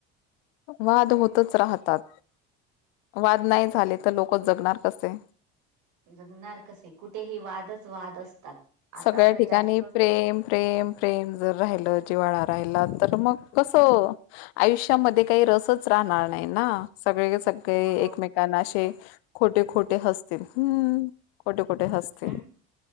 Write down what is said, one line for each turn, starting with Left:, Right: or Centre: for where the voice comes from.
Left: वाद होतच राहतात वाद नाही झाले तर लोक जगणार कसे
Right: जगणार कसे कुठेही वादच वाद असतात. आता
Left: सगळ्या
Right: तर
Left: ठिकाणी
Right: जास्तच
Left: प्रेम प्रेम प्रेम जर राहिलं जिवाळा राहिला तर मग कसं? आयुष्यामध्ये काही रसच राहणार नाही ना सगळे सग एकमेकांना
Right: बरो
Left: असे खोटे खोटे हसतील हम्म खोटे खोटे हसतील.
Right: हम्